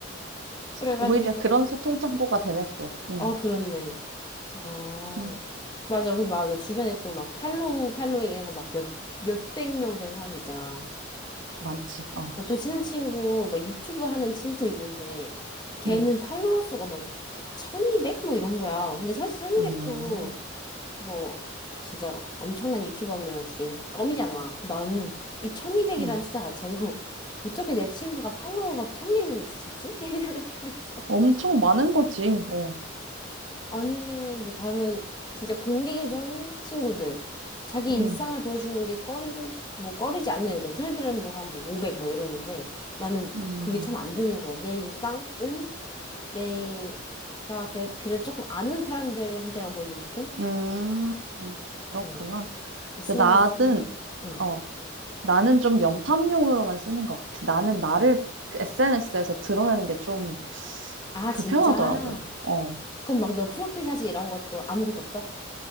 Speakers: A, on the left; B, on the right.
A: 그래가지고,
B: 오히려 그런 소통 창구가 되네 또. 음,
A: 어, 그렇네. 어.
B: 음,
A: 맞아. 그, 맞아. 주변에 또 막 팔로우, 팔로잉 이런 거 막 몇, 몇백 명 되는 사람들 있잖아.
B: 많지. 어.
A: 나 또 친한 친구, 막 유튜브 하는 친구 있는데, 걔는
B: 음,
A: 팔로워 수가 뭐, 1200? 뭐 이런 거야. 근데 사실 1200도
B: 음.
A: 뭐, 진짜 엄청난 유튜버면 진짜 이거 껌이잖아. 그래서 나는 이 1200이라는
B: 음,
A: 숫자 자체도 <laughs> 어떻게 내 친구가 팔로워가 1200명이 있을 수 있지? <laughs> 이러다 그랬어.
B: 엄청 많은 거지. 어.
A: 아니면 뭐 다른 진짜 공개적인 친구들 자기 일상을
B: 음,
A: 보여주는 게 꺼림 뭐 꺼리지 않는 애들 그런 애들은 뭐 한 뭐 500 뭐 이러는데 나는
B: 음,
A: 그게 참 안 되는 거야 내 일상은 내가 그 그래 조금 아는 사람들한테만 보여주고 싶은
B: 음, 그렇구나.
A: 어 SNS
B: 근데 나는
A: 어
B: 어, 나는 좀 염탐용으로만 쓰는 것 같아. 나는 나를 SNS에서 드러내는 게 좀
A: 아
B: 불편하더라고.
A: 진짜
B: 어.
A: 그럼 막 너 프로필 사진 이런 것도 아무것도 없어?